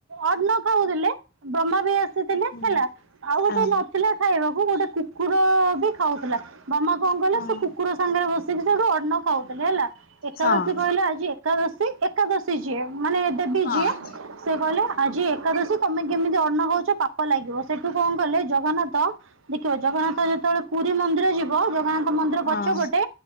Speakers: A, on the right (about 75°); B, on the left (about 45°).
A: ଅନ୍ନ ଖାଉଥିଲେ ବ୍ରହ୍ମା ବି ଆସିଥିଲେ
B: ହଁ
A: ହେଲା ଆଉ ଗୋଟେ
B: ହଁ
A: ନଥିଲା ଖାଇବାକୁ ଗୋଟେ କୁକୁର ବି ଖାଉଥିଲା ବ୍ରହ୍ମା କଣ କହିଲେ
B: ହଁ
A: ସେ କୁକୁର ସାଙ୍ଗରେ ବସିକି ସେଠୁ ଅନ୍ନ ଖାଉଥିଲେ ହେଲା ଏକାଦଶୀ
B: ହଁ
A: କହିଲେ ଆଜି ଏକାଦଶୀ ଏକାଦଶୀ ଯିଏ ମାନେ ଦେବି
B: ହଁ
A: ଯିଏ ସେ କହିଲେ ଆଜି ଏକାଦଶୀ ତମେ କେମିତି ଅନ୍ନ ଖାଉଛ ପାପ ଲାଗିବ ସେଠୁ କଣ କଲେ ଜଗନ୍ନାଥ ଦେଖିବ ଜଗନ୍ନାଥ ଯେତେବେଳେ ପୁରୀ ମନ୍ଦିର ଯିବ ଜଗନ୍ନାଥ ମନ୍ଦିର
B: ହଁ
A: ପଛ ଗୋଟେ